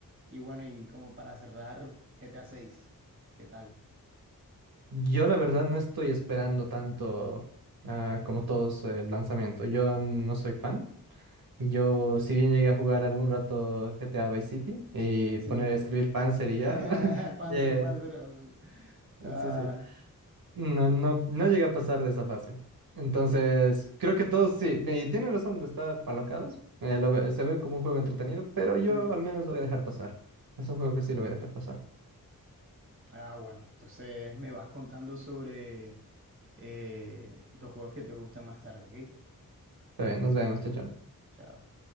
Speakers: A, on the right (about 35°); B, on the right (about 70°).
A: Y bueno, y como para cerrar, GTA 6, ¿qué tal?
B: Yo la verdad no estoy esperando tanto ah, como todos eh, el lanzamiento. Yo no soy fan. Yo, si bien llegué a jugar algún rato GTA Vice City y
A: Sí.
B: poner a escribir Panzer y
A: <laughs>
B: ya, <laughs>
A: Panzer,
B: eh,
A: Panzer. um, ah,
B: sí, sí. No, no, no llegué a pasar de esa fase. Entonces, creo que todos sí, ve, y tienen razón de estar alocados. eh, lo ve- se ve como un juego entretenido, pero yo
A: sí.
B: al menos lo voy a dejar pasar. Es un juego que sí lo voy a dejar pasar.
A: Ah, bueno, entonces me vas contando sobre eh, los juegos que te gustan más tarde, ¿ok?
B: Está bien, nos vemos, chao, chao.
A: Chao.